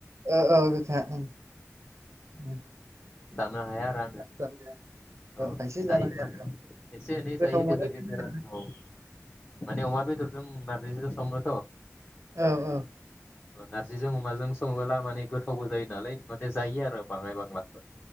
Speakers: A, on the right; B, on the left.
A: ओ ओ गोखा उम उम
B: नो हाया आरो आङो
A: जानाया
B: औ
A: खायसे
B: जायो
A: जानो हाया
B: माने
A: औ
B: एसे एनै
A: गोथाव
B: जायो
A: मोनो
B: गेजेर
A: खिन्थु
B: गेजेर औ माने अमा बेदर जों नारजैजो सङोथ'
A: औ ओ
B: ओ नारजिजों अमाजों सङोबोला माने गोथावबो जायो नालाय माने जायो आरो बाङाय बांलाफोर